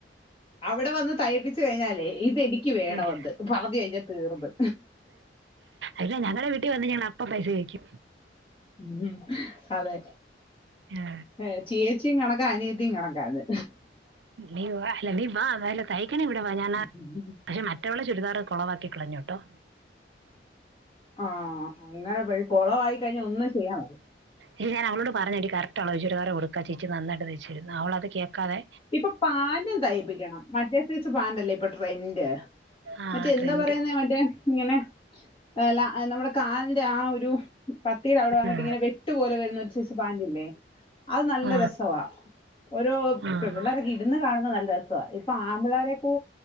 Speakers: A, on the left; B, on the right.
A: അവടെ വന്ന് തയ്പ്പിച്ചു കഴിഞ്ഞാലേ ഇതെനിക്ക് വേണവെന്ന്
B: ഏ
A: പറഞ്ഞ് കഴിഞ്ഞാ തീർന്ന്
B: അല്ല ഞങ്ങടെ വീട്ടി വന്ന് ഞാൻ അപ്പ പൈസ ചോയ്ക്ക്യും
A: ഉം അതെ
B: ആ.
A: ഏഹ് ചേച്ചിയും കണക്കാ അനിയത്തിയും കണക്കാന്ന്
B: നീ വാ അല്ല നീ വാ മേലെ തൈക്കണേ ഇവിടെവാ ഞാ
A: <unintelligible>
B: പക്ഷെ മറ്റവളെ ചുരിദാർ കൊളവാക്കി കളഞ്ഞൂട്ടോ
A: ആഹ് അങ്ങനെ പൊയ് കൊളവായി കഴിഞ്ഞ ഒന്നും ചെയ്യാൻ മേ
B: ഇത് ഞാനവളോട് പറഞ്ഞ് എടി കറക്റ്റളവ് ചുരിദാറ് കൊടുക്ക് ആ ചേച്ചി നന്നായ്ട്ട് തയ്ച്ചെരുന്ന് അവളത് കേ ക്കാതെ
A: ഇപ്പൊ പാന്റും തയ്പ്പിക്കണം മറ്റേ സൈസ് പാന്റല്ലേ ഇപ്പൊ ട്രെന്റ്
B: ആ
A: മറ്റേ എന്താ
B: ട്രെൻഡ്
A: പറയുന്നേ മറ്റേ ഇങ്ങനെ ലാ നമ്മുടെ കാലിന്റെ ആ ആ ഒരു പത്തീടെ അവിടെ വന്നിട്ട്
B: ആ
A: ഇങ്ങനെ വെട്ടുപോലെ വരുന്ന ഒരു സൈസ് പാന്റില്ലേ അത് നല്ല
B: ആ
A: രസവാ ഓരോ
B: ആ
A: പെമ്പിള്ളാരൊക്കെ ഇടുന്ന കാണുന്ന നല്ല രസവാ ഇപ്പൊ ആമ്പിള്ളാരെക്കൂ